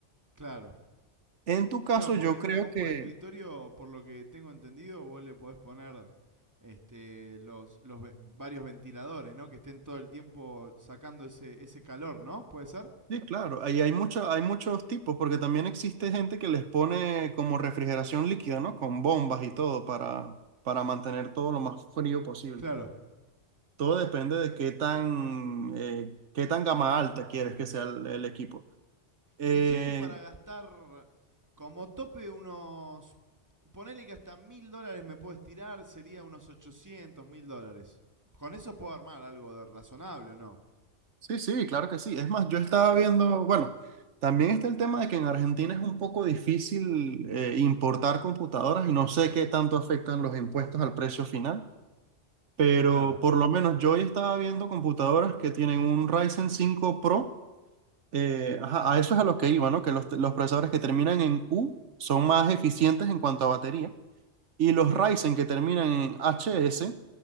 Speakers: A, on the right; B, on the right.
A: Claro.
B: En tu caso,
A: Claro, porque
B: yo
A: en
B: creo
A: una compu
B: que,
A: de escritorio, por lo que tengo entendido, vos le podés poner este, los, los ve- varios ventiladores, ¿no? Que estén todo el tiempo sacando ese, ese calor, ¿no? ¿Puede ser?
B: sí, claro, ahí hay mucho- hay muchos tipos, porque también existe gente que les pone como refrigeración líquida, ¿no? Con bombas y todo para, para mantener todo lo más frío posible.
A: Claro.
B: Todo depende de qué tan, eh, qué tan gama alta quieres que sea el, el equipo. Eh,
A: Y yo estoy para gastar como tope unos... Ponele que hasta mil dólares me puedo estirar, sería unos ochocientos mil dólares. Con eso puedo armar algo de- razonable o no.
B: sí, sí, claro que sí. Es más, yo estaba viendo, bueno, también está el tema de que en Argentina es un poco difícil eh, importar computadoras y no sé qué tanto afectan los impuestos al precio final, pero
A: Claro.
B: por lo menos yo hoy estaba viendo computadoras que tienen un Ryzen cinco Pro. eh, ajá, a eso es a lo que iba, ¿no? Que los, los procesadores que terminan en U son más eficientes en cuanto a batería Y los Ryzen que terminan en HS